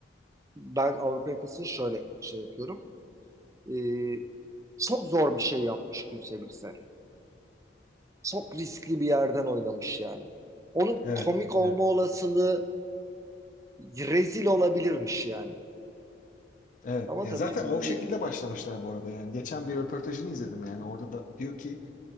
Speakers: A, on the right; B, on the left.
A: ben Avrupa yakasını şöyle şey yapıyorum. E, çok zor bir şey yapmış Gülse Birsel. Çok riskli bir yerden oynamış yani. Onun
B: Evet.
A: komik olma
B: Evet.
A: olasılığı rezil olabilirmiş yani.
B: Evet.
A: Ama
B: Ya
A: tabii
B: zaten o şekilde
A: bir-
B: başlamışlar bu arada yani. Geçen bir röportajını izledim yani. Orada da diyor ki